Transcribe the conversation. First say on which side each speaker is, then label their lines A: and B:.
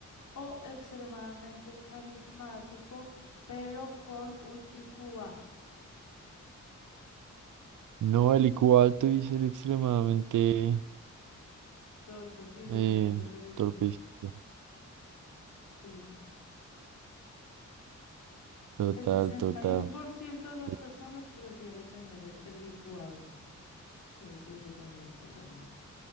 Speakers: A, on the left (about 80°); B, on the right (about 85°).
A: ¿O extremadamente carismático pero con un IQ bajo?
B: No, el IQ alto y ser extremadamente
A: Torpe, sí, yo
B: Eh,
A: también preferiría.
B: torpecito.
A: Sí.
B: Total,
A: El sesenta
B: total.
A: y uno por ciento de las
B: Es
A: personas prefiere tener el IQ alto. Sí, sí, yo también, totalmente.